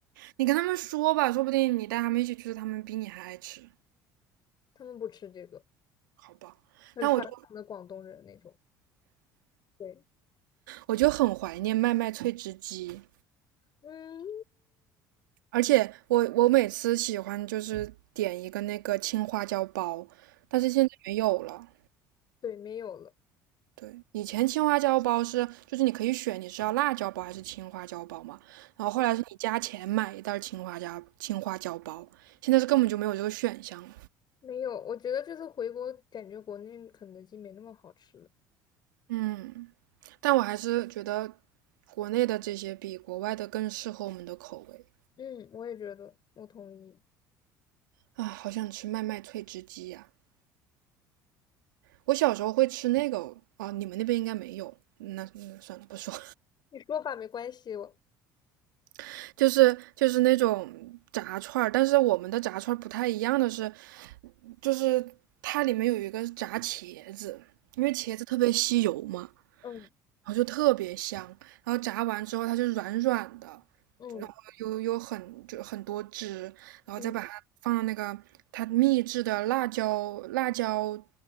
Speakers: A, on the right (about 80°); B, on the left (about 45°).
A: 你跟他们说吧，说不定你带他们一起去，他们比你还爱吃，
B: 他们不吃这个，
A: 好吧？
B: 很传统的广东人那种。
A: 但我就
B: 对，
A: 我就很怀念麦麦脆汁鸡，
B: 嗯。
A: 而且我我每次喜欢就是点一个那个青花椒包，但是现在没有了。
B: 对，没有了，
A: 对，以前青花椒包是就是你可以选你是要辣椒包还是青花椒包嘛，然后后来是你加钱买一袋青花椒青花椒包，
B: 嗯
A: 现在是根本就没有这个选项了
B: 没有。我觉得这次回国，感觉国内肯德基没那么好吃了。
A: 嗯。但我还是觉得国内的这些比国外的更适合我们的口味
B: 嗯，我也觉得，我同意。
A: 啊！好想吃麦麦脆汁鸡呀、啊我小时候会吃那个啊，你们那边应该没有。那那算了，不说。
B: 你说吧，没关系。我，
A: <laughs> 就是就是那种炸串儿，但是我们的炸串儿不太一样的是，就是它里面有一个炸茄子，因为茄子特别吸油嘛，
B: 嗯
A: 然后就特别香。然后炸完之后它就软软的，
B: 嗯
A: 有有很就很多汁，然后再把它放到那个它秘制的辣椒辣椒，
B: 嗯